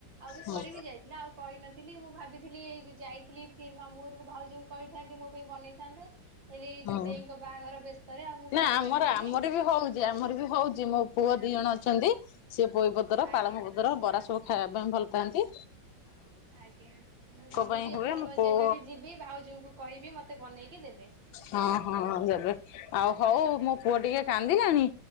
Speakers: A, on the right; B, on the left.
A: ଆଉ ବି
B: ହଉ
A: ସରିବି ଯାଏ। ଆଉ କହିନଥିଲି ମୁଁ ଭାବିଥିଲି ଏଇ ଯୋଉ ଯାଇଥିଲି ଫି ମା ମୁହରୁ ଭାଉଜଙ୍କୁ କହିଥାନ୍ତି ମୋ ପାଇଁ ବନେଇଥାନ୍ତେ। ହେଲେ ଏଇ ଯୋ
B: ହଉ
A: ଦେଇଙ୍କ ବାହାଘର ବ୍ୟସ୍ତରେ ଆଉ ମୁଁ
B: ନା
A: କହିପାରିଲିିନି।
B: ଆମର ଆମର ବି ହଉଛି ଆମର ବି ହଉଛି ମୋ ପୁଅ ଦି ଜଣ ଅଛନ୍ତି। ସିଏ ବୋଇ ପତର
A: ଆଜ୍ଞା
B: ପାଳଙ୍ଗ ପତର ବରା ସବୁ ଖାଇବା ପାଇଁ ଭଲପାଆନ୍ତି।
A: ଆଜ୍ଞା ମୁଁ ଭାବୁଚି
B: ପାଇଁ ହୁଏ
A: ଏଥର
B: ମୋ ପୁଅ
A: ଯେବେ ବି ଯିବି ଭାଉଜଙ୍କୁ କହିବି ମୋତେ ବନେଇକି ଦେବେ।
B: ହଁ ହଁ ଦେବେ ଆଉ ହଉ ମୋ ପୁଅ
A: ଆଜ୍ଞା
B: ଟିକେ କାନ୍ଦିଲାଣି